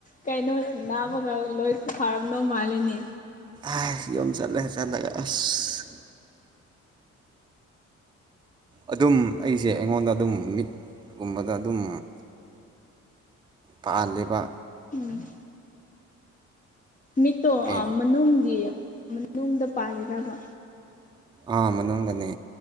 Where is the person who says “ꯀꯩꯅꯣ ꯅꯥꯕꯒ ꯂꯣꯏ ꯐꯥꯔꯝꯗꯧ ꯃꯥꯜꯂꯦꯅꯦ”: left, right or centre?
Left